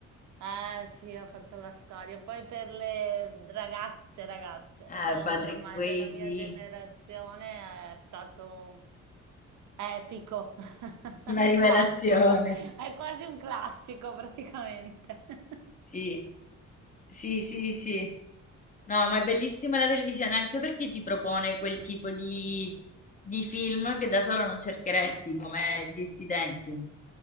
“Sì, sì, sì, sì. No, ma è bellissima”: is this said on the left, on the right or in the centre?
Left